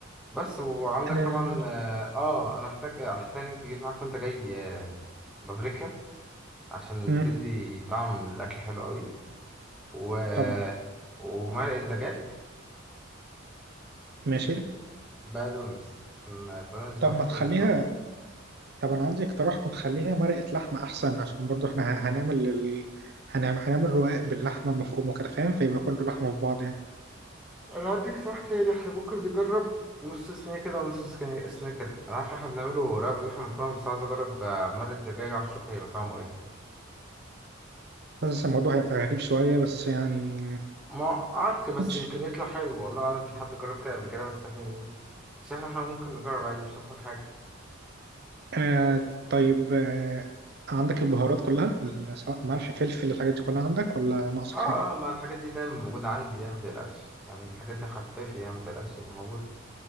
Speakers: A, in the centre; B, on the right.
A: بس وعندك
B: آه.
A: طبعا اه آه، انا احتاج احتاج تجيب معاك وانت جاي آه، بابريكا عشان
B: مم.
A: تدي طعم الاكل حلو قوي و...
B: طبعا
A: ومرقة دجاج
B: ماشي
A: وبقدونس عشان البقدونس بحب
B: طب ما تخليها
A: اجيب طازة
B: طب انا عندي اقتراح ما تخليها مرقة لحمة احسن عشان برضو احنا ه- هنعمل ال... هنعمل هنعمل رقاق باللحمة المفرومة كده فاهم فيبقى كله لحمة في بعض يعني
A: انا هديك صح تاني احنا ممكن نجرب نص صينية كده ونص صينية صينية كده انا عارف ان احنا بنعمله رقاب لحمة مفرومة بس عايز اجرب آه، مرقة دجاج عشان اشوف هيبقى طعمه ايه
B: بس الموضوع هيبقى غريب شوية بس يعني
A: معك بس
B: ماشي
A: يمكن يطلع حلو والله أعلم في حد جرب كده قبل كده بس احنا يعني، بس احنا إحنا ممكن نجرب عادي مش هيحصل حاجة
B: آه طيب آه عندك البهارات كلها ال- سواء ملح فلفل الحاجات دي كلها عندك ولا ناقصك
A: اه
B: حاجة
A: اه ما الحاجات دي دايما موجودة عندي يعني متقلقش يعني الحاجات دي خفافي يعني متقلقش يعني موجودة